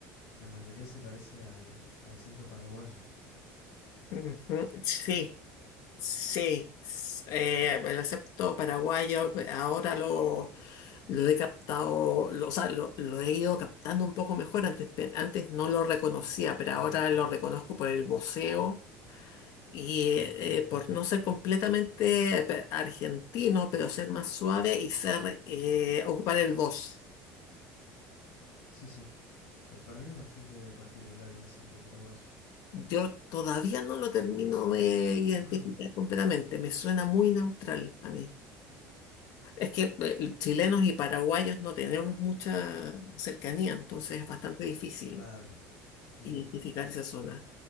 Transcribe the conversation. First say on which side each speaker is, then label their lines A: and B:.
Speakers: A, on the left; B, on the left.
A: la mayoría se parece al, al acento paraguayo.
B: Ujú, Sí, sí. s- eh, el acepto paraguayo eh, ahora lo, lo he captado, lo, o sea, lo, lo he ido captando un poco mejor. Antes, pe- antes no lo reconocía, pero ahora lo reconozco por el voceo y eh, eh, por no ser completamente pe- argentino, pero ser más suave y ser eh, ocupar el voz.
A: Sí, sí, eh, para mí es bastante particular el acento paraguayo.
B: Yo todavía no lo termino de identificar
A: Ah, mira,
B: completamente. Me suena muy neutral a mí. Es que eh, chilenos y paraguayos no tenemos mucha cercanía, entonces es bastante difícil
A: claro, entiendo.
B: identificar esa zona.